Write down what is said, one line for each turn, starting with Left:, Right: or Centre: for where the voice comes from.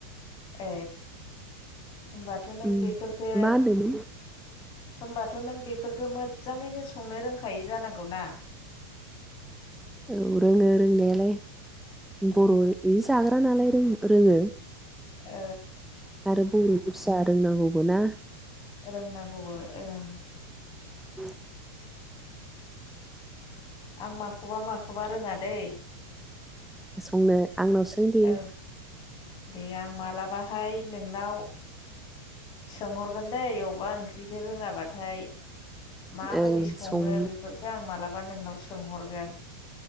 Left: ए होमबाथ' नों
Centre: उम
Left: बेफोरफोरखो
Centre: मा होनदोंमोन
Left: होमबाथ' नों बेफोरखो मोज्जाङैनो संनो रोंखायो जानांगौ ना?
Centre: औ रोङो रोंनायालाय
Left: ओ
Centre: बर' <unintelligible> जागोन <unintelligible> रोङो
Left: ओ
Centre: आरो बर'नि फिसा रोंनांगौबो ना
Left: रोंनांगौबो ओं
Centre: <inaudible>
Left: आं माखौबा माखौबा रोङा दै।
Centre: संनो आंनाव सों <unintelligible>
Left: औ दे आं मालाबाहाय नोंनाव सोंहरगोन दैे अबा ओंख्रिखो रोङाबाथाय। माबायदि
Centre: ओं
Left: सङो
Centre: सं
Left: बेफोरफोरखौ आं मालाबा नोंनाव सोंहरगोन।